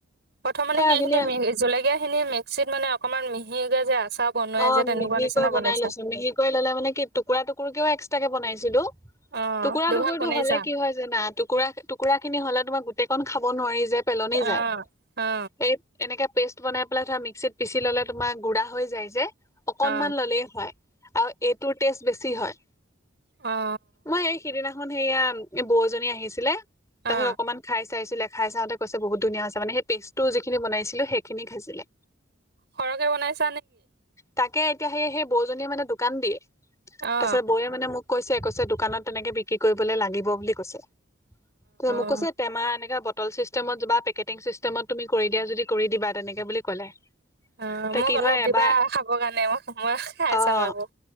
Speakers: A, on the right; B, on the left.
A: প্ৰথমে
B: সেয়া
A: কি এইখিনি
B: খিনি
A: জলেকীয়া খিনি মিক্সিত মানে অকমান মিহি মিহিকে যে আচাৰ বনোৱাই
B: অ
A: যে তেনেকুৱা
B: মিহিকৈ
A: নিচিনা
B: বনাই
A: বনাইছা
B: লৈছো মিহিকৈ ললে মানে কি টুকুৰা টুকুৰি কিয়ও এক তাকে বনাইছিলো
A: অ
B: টুকুৰা
A: দুভাগ
B: টুকুৰাটো
A: বনাইছা
B: হলে কি হয় জানা টুকুৰা- টুকুৰা খিনি হ'লে তোমাৰ কন খাব নোৱাৰি যে পেলনি
A: অ
B: যায়
A: অ
B: এই এনেকে পেষ্ট বনাই পেলাই ধ মিক্সিত পিচি ল'লে তোমাৰ গুডা হৈ যায়ছে অকনমান
A: অ
B: ল'লেই হয় আৰু এইটোৰ টেষ্ট বেছি হয়
A: অ
B: মই এইকেইদিনা খন সেয়া বৌজনী আহিছিলে তাচত
A: অ
B: অকমান খাই চাইছিলে খাই চাওঁতে কৈছে বহুত ধুনীয়া হৈছে মানে সেই পেষ্টটো যিখিনি বনাইছিলো সেইখিনি খাইছিলে
A: সৰহকে বনাইছে
B: তাকে তেতিয়া সেই- সেই বৌজনীয়ে মানে দোকান দিয়ে
A: অ
B: তাৰপিছত বৌয়ে মানে মোক কৈছে -কৈছে দোকানত তেনেকে বিক্ৰী কৰিবলৈ লাগিব বুলি কৈছে ত মোক
A: অ
B: কৈছে টেমা এনেকা বত তল চিষ্টেমত বা পেকেটিং চিষ্টেমত তুমি কৰি দিয়া যদি কৰি দিবা তেনেকে বুলি ক'লে
A: অ
B: এতিয়া
A: মোক
B: কি
A: অলপ
B: হয়
A: দিবা
B: এবাৰ
A: খ খাব কাৰণে মই খাইছ
B: অ'
A: ৰব